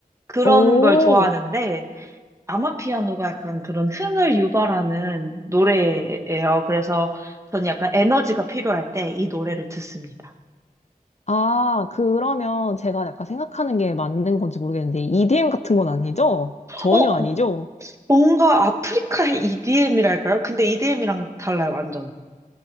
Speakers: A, on the right; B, on the left.
A: 그런
B: 오.
A: 걸 좋아하는데 아마피아노가 약간 그런 흥을 유발하는 노래예요. 그래서 저는 약간 에너지가 필요할 때 이 노래를 듣습니다.
B: 아, 그러면 제가 약간 생각하는 게 맞는 건지 모르겠는데, EDM 같은 건 아니죠? 전혀
A: 어,
B: 아니죠?
A: 뭔가 아프리카의 EDM이랄까요? 근데 EDM이랑 달라요, 완전.